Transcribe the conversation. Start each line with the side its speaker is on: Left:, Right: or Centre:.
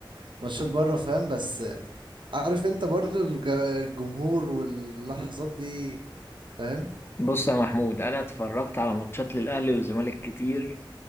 Right: الماتشات بره فاهم بس عارف انت برضو الج- الجمهور واللحظات دي فاهم
Left: بص يا محمود انا اتفرجت على ماتشات للاهلي والزمالك كتير